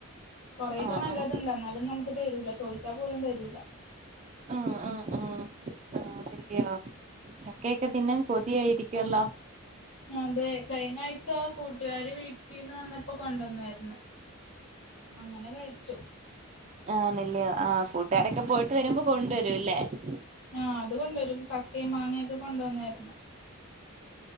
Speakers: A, on the left (about 85°); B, on the right (about 30°).
A: കൊറെക്കെ
B: ആഹ്
A: നല്ലത്ണ്ട്.
B: ആഹ്
A: എന്നാലും നമ്മക്ക് തരൂല. ചോയ്ച്ചാ പോലും തരൂല.
B: ആഹ് ആഹ് ആഹ് ആഹ്. കുത്ത്യാേ. ചക്കയൊക്കെ തിന്നാ കൊതിയായിരിക്ക്കൊള്ളു
A: അതെ കഴിഞ്ഞഴ്ച കൂട്ടുകാര് വീട്ട ട്ടിന്ന് വന്നപ്പം കൊണ്ടന്നേരുന്നു. അങ്ങനെ കഴിച്ചു
B: ആന്ന് ല്യാെയോ ആ കൂട്ടുകാരൊക്കെ പോയിട്ട് വരുമ്പം കൊണ്ടുവരുല്ലേ ഫൂട്ടാരെക്കെ...
A: ആഹ് അത് കൊണ്ടെരും. ചക്കയും മാങ്ങയൊക്കെ കൊണ്ടുവന്നായിര്ന്നു.